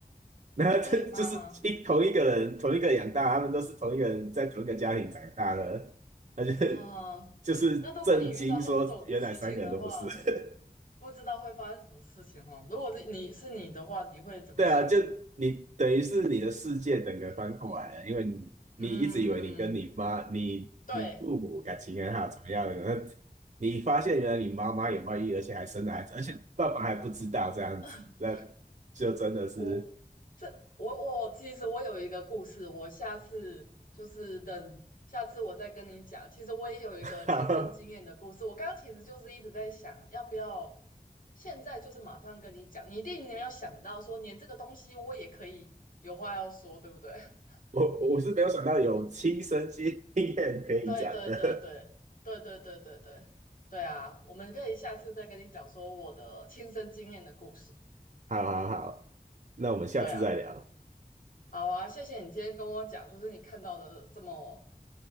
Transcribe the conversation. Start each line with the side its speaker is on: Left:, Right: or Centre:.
Right: <laughs> 那这就是一同一个人同一个养大，
Left: 对，妈妈，
Right: 他们都是同一个人在同一个家庭长大的，那就
Left: 啊，
Right: 就是震惊说原来三个人都不是。
Left: 那如果你遇到这种事情的话，
Right: <laughs>
Left: 不知道会发生什么事情哦。如果是你是你的话，你会怎么想？
Right: 对啊，就你等于是你的世界整个翻过来了，因为你你一直以为你跟你妈、
Left: 嗯，
Right: 你你父母感情很好，
Left: 对，
Right: 怎么样？那你发现原来你妈妈有外遇，而且还生了孩子，而且爸爸还不知道这样子，
Left: <laughs>
Right: 那就真的是，
Left: 我这我我其实我有一个故事，我下次就是等下次我再跟你讲。其实我也有一个亲身经验的故事，
Right: <laughs>
Left: 我刚刚其实就是一直在想，要不要现在就是马上跟你讲。你一定没有想到说，连这个东西我也可以有话要说，对不对？<laughs>
Right: 我我是没有想到有亲身经验可以讲的。
Left: 对对对对对对对对对对啊！我们可以下次再跟你讲说我的亲身经验的故事。
Right: <laughs> 好好好，那我们下次再聊
Left: 对啊。好啊，谢谢你今天跟我讲，就是你看到的这么，